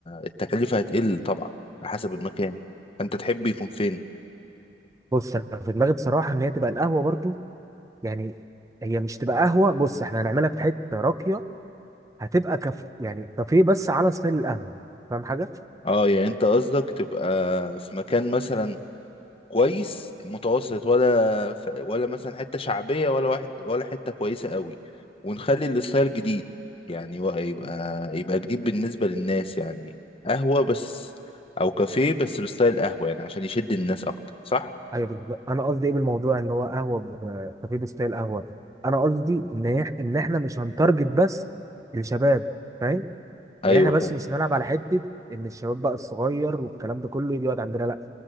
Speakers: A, on the left (about 30°); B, on the right (about 20°).
A: التكلفة هتقل طبعا على حسب المكان انت تحب يكون فين
B: بص انا في دماغي بصراحه ان هي تبقى القهوه برضه يعني هي مش تبقى قهوه بص احنا هنعملها في حته راقيه هتبقى كف يعني كافيه بس على ستايل القهوه فاهم حاجه
A: اه يعني انت قصدك تبقى في مكان مثلا كويس متوسط ولا ف... ولا مثلا حتة شعبية ولا واحد ولا حتة كويسة قوي ونخلي الستايل جديد يعني و- يبقى يبقى جديد بالنسبة للناس يعني قهوة بس أو كافيه بس بستايل قهوة يعني عشان يشد الناس أكتر صح؟
B: ايوه بالظبط انا قصدي ايه بالموضوع ان هو قهوه ب- كافيه ستايل قهوه انا قصدي ان إح- ان احنا مش هنتارجت بس الشباب فاهم
A: أيوه
B: يعني احنا بس مش هنلعب على حته ان الشباب بقى الصغير والكلام ده كله يجي يقعد عندنا لا